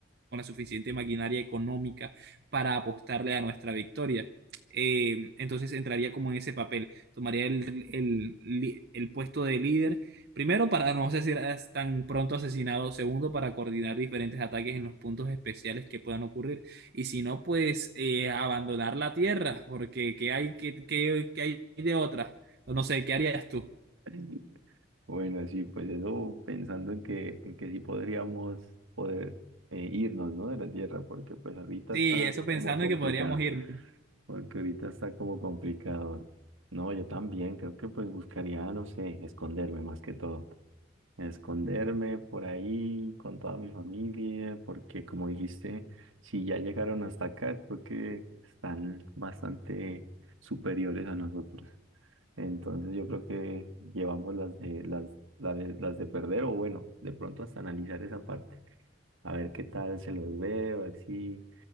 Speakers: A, on the right; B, on the right.
A: con la suficiente maquinaria económica para apostarle a nuestra victoria. Eh, entonces entraría como en ese papel, tomaría el, el li- el puesto de líder, primero para no ser as- tan pronto asesinado, segundo para coordinar diferentes ataques en los puntos especiales que puedan ocurrir y si no, pues eh, abandonar la tierra, porque ¿qué hay, qué, qué- qué hay de otra? No sé, ¿qué harías tú?
B: <laughs> Bueno, sí, pues eso pensando en que, en que sí podríamos poder eh, irnos, ¿no? De la Tierra, porque pues ahorita
A: Sí,
B: está
A: eso pensando
B: como complicado,
A: que podríamos irnos.
B: porque ahorita está como complicado. No, yo también creo que pues buscaría, no sé, esconderme más que todo. a esconderme por ahí con toda mi familia, porque como dijiste, si ya llegaron hasta acá es porque están bastante superiores a nosotros. Entonces yo creo que llevamos las de las, la de- las de perder o bueno, de pronto hasta analizar esa parte, a ver qué tal se los ve, a ver si,